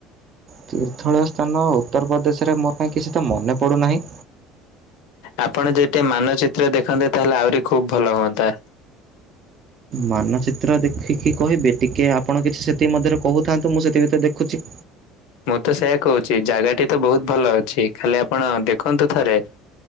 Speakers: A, on the right; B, on the left.
A: ତୀର୍ଥଳୀୟ ସ୍ଥାନ ଉତ୍ତରପ୍ରଦେଶରେ ମୋର କାଇଁ କିଛି ତ ମନେ ପଡ଼ୁନାହିଁ।
B: ଆପଣ ଯେତେ ମାନଚିତ୍ର ଦେଖନ୍ତେ ତାହେଲେ ଆହୁରି ଖୁବ୍ ଭଲ ହୁଅନ୍ତା।
A: ମାନଚିତ୍ର ଦେଖିକି କହିବେ ଟିକିଏ ଆପଣ କିଛି ସେତିକି ମଧ୍ୟରେ କହୁଥାନ୍ତୁ ମୁଁ ସେଥି ଭିତରେ ଦେଖୁଛି।
B: ମୁଁ ତ ସେଇୟା କହୁଛି ଜାଗାଟି ତ ବହୁତ ଭଲ ଅଛି ଖାଲି ଆପଣ ଦେଖନ୍ତୁ ଥରେ।